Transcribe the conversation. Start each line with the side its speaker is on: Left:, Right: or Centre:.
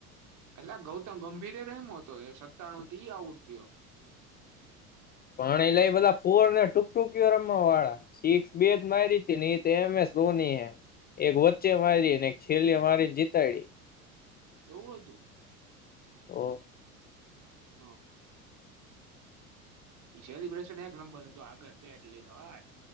Right: એટલે આ ગૌતમ ગંભીરે રયમો તો એ સત્તાણું તે ઈ આઉડ થયો.
Left: પાણી લઈ બધા ફોર ને ટૂક ટૂકયો રમવા વાળા સિક્સ બે જ માયરીતીન એતો એમએસ ધોની એ એક વચ્ચે માયરીને એક છેલે મારીને જીતાયડી.
Right: એવું હતું?
Left: તો.
Right: હા. ઈ સેલિબ્રેશન એક નંબર હતું આગળ બે એટ લીધો હા.